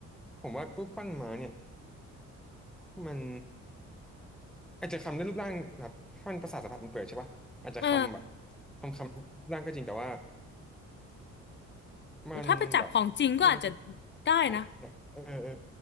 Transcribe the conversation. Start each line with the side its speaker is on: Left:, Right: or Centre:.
Centre: ผมว่ารูปปั้นม้าเนี่ยมันอาจจะคำได้รูปร่างแบบถ้ามันประสาทสัมผัสมันเปิดใช่ปะอาจจะคำแบบ
Left: เออ
Centre: คำคำรูปร่างก็จริงแต่ว่า
Left: แต่ถ้าไปจับของจริงก็อาจจะ
Centre: มันแบบมัน
Left: ได้นะ
Centre: โเเนี่ยเออเออ